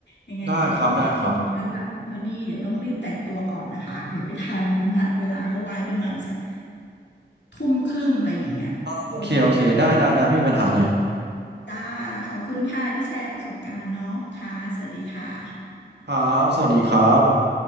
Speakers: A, on the left (about 75°); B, on the right (about 70°).
A: ยังไงเดี๋ยวต้องขอตัวแล้วล่ะคุณโทนี่เดี๋ยวต้องรีบแต่งตัวก่อนนะคะเดี๋ยวไม่ทันนัดเวลาเขาไว้ประมาณสัก
B: ได้ครับได้ครับ
A: ทุ่มครึ่งอะไรอย่างเงี้ยเพราะเดินทางด้วย
B: โอเค โอเค ได้ ได้ ได้ ไม่มีปัญหาเลย
A: จ้าขอบคุณค่ะที่แชร์ประสบการณ์เนาะค่ะสวัสดีค่ะ
B: ครับ สวัสดีครับ